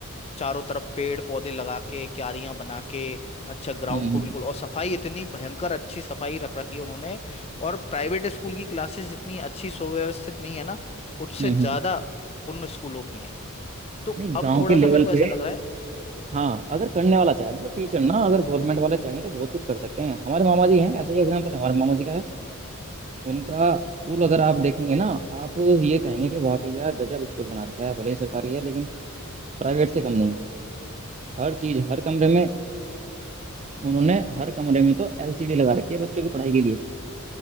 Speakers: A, on the left; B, on the right.
A: चारों तरफ पेड़ पौधे लगा के क्यारियां बना के अच्छा ग्राउंड
B: हम्म
A: को बिल्कुल और सफाई इतनी भयंकर अच्छी सफाई रख रखी है उन्होंने और प्राइवेट स्कूल की क्लासेस जितनी अच्छी सुव्यवस्थित नहीं है ना उससे
B: हम्म
A: ज्यादा उन स्कूलों की हैं तो
B: नहीं
A: अब
B: गांव
A: थोड़ा
B: के लेवल
A: सा मेरे को
B: पे
A: ऐसा लग रहा है
B: हाँ अगर करने वाला चाहे मतलब टीचर ना अगर गवर्नमेंट वाले चाहे तो बहुत कुछ कर सकते हैं हमारे मामा जी हैं ऐसा ही एग्जाम्पल हमारे मामा जी का है उनका स्कूल अगर आप देखेंगे ना आप ये कहेंगे कि वाकई यार गजब स्कूल बना रखा है भले ही सरकारी है लेकिन प्राइवेट से कम नहीं है हर चीज हर कमरे में उन्होंने हर कमरे में तो एलसीडी लगा रखी है बच्चों की पढ़ाई के लिए